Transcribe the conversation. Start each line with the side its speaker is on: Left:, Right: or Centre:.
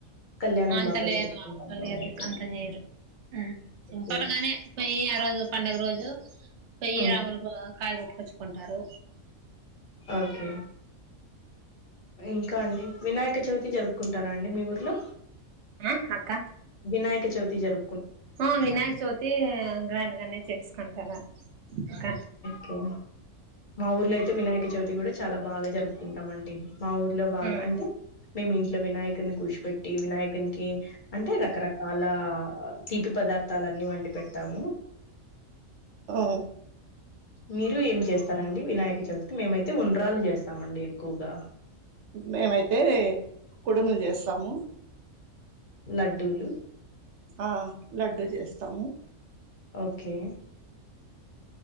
Left: కళ్యాణం
Right: అంత
Left: బాగ
Right: లేదు
Left: జరుపుకుంటం
Right: మా ఊర్లో
Left: మేమైతే
Right: లేదు అక్క అంత చేయరు సింపుల్
Left: ఓకే
Right: గానే పోయ్యి ఆ రోజు పండుగ రోజు పోయ్యి
Left: ఉ
Right: రాములు కాయగొట్టు చ్చుకుంటారు
Left: ఓకే ఇంకా అండి వినాయక చవితి జరుపుకుంటార అండి మీ ఊర్లో
Right: ఆ అక్క
Left: వినాయక చవితి జరు
Right: ఆ వినాయక చవితి గ్రాండ్ గానే చేసుకుంటార ఇక
Left: కే మా ఊర్లో అయితే వినాయక చవితి కూడ చాల బాగా జరుపుకుంటాం అండి మా ఊర్లో బాగ
Right: ఉమ్
Left: అంటే మేమి ఇంట్లో వినాయకుని కూర్చిపెట్టి వినాయకుకి అంటే రకరకాల తీపి పదార్థాలన్ని వండి పెడతాము
Right: ఓ
Left: మీరు ఏం చేస్తారండి వినాయక చవితికి మేమైతే ఉండ్రాలు చేస్తామండి ఎక్కువగా
Right: మేమైతే కుడుములు చేస్తాము
Left: లడ్డూలు
Right: ఆ లడ్డూ చేస్తాము
Left: ఓకే